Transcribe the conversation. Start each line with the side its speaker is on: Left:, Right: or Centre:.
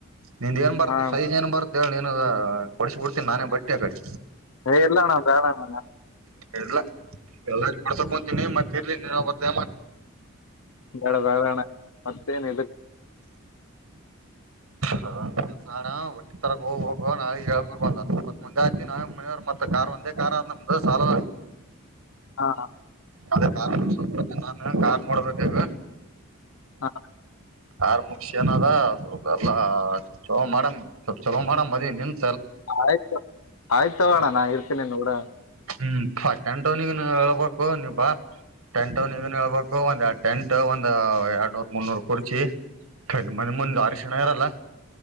Right: ನಿಂದ ಏನ್ ಬರ್ತು
Left: ಹಾ ಅಣ್ಣ
Right: ಸೈಜ್ ಏನ್ ಬರ್ ಇದೇಳ ಏನದ ಕೊಡಸ್ಬಿಡ್ತೀನಿ ನಾನೇ ಬಟ್ಟೆ ಕಡೆ
Left: ಹೆ ಇಲ್ಲಣ ಬ್ಯಾಡಣ
Right: ಇಲ್ಲ ಎಲ್ಲರ್ ಪಡ್ಸಕ್ಂತೀನಿ ಮತ್ತ ಇರ್ಲಿ ನೀನ್ ನಂಗ್ ಒತ್ತಾಯ್
Left: ಬಡ <unintelligible> ಬಣ ಮತ್ತೇನ್
Right: ಹ <inaudible> ಈ ತರ ಹೋಗ್ಬೇಕ ನಾವೇಳ್ಬತ್ ಮುಂದೆ ಆ ನಾವ ಮನೆಯವ ಮತ್ ಕಾರ್ ಒಂದೇ ಕಾರ್ <unintelligible> ಚಾಲ್ನ
Left: ಹಾ
Right: ಅದೇ ಕಾರ್ ನಾನು ಕಾರ್ ನೋಡ್ಬೇಕಗ
Left: ಹಾ
Right: ಆರ್ ಮುಗಿ ಏನದ ಸ್ವಲ್ಪ ಎಲ್ಲಾ ಚಲೋ ಮಾಡಮ್ ಸ್ವ ಚಲೋ ಮಾಡಮ್ ಮದಿವಿ ನಿದ್
Left: ಆಯ್ತ ಆಯ್ತ ತಗೋಣ ನಾ ಇರ್ತೀನಿೂಡ
Right: ಹ್ಮ್ ಪ ಟೆನ್ ಟೌನಿಗೆ ಹೇಳ್ಬೇಕು ನಿ ಬಾ ಟೆನ್ ಟೌನಿಗನ್ ಹೇಳ್ಬೇಕು ಒಂದ್ ಎ ಟೆಂಟ್ ಒಂದ ಎರಡ್ನೂರ್ ಮುನ್ನೂರ್ ಕುರ್ಚಿಮನಿ ಮುಂದ ಅರಶಣ ಇರಲ್ಲ